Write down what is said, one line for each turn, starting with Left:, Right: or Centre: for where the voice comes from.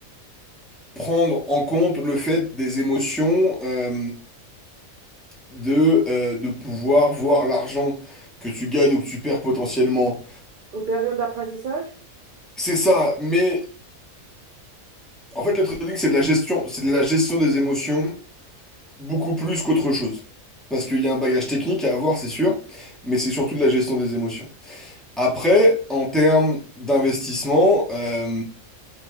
Centre: prendre en compte le fait des émotions, euh, de, euh, de pouvoir voir l'argent que tu gagnes ou que tu perds potentiellement.
Right: Une période d'apprentissage,
Centre: C'est ça, mais en fait le trading c'est de la gestion, c'est de la gestion des émotions Beaucoup plus qu'autre chose. Parce qu'il y a un bagage technique à avoir, c'est sûr, mais c'est surtout de la gestion des émotions. Après, en termes d'investissement, euh,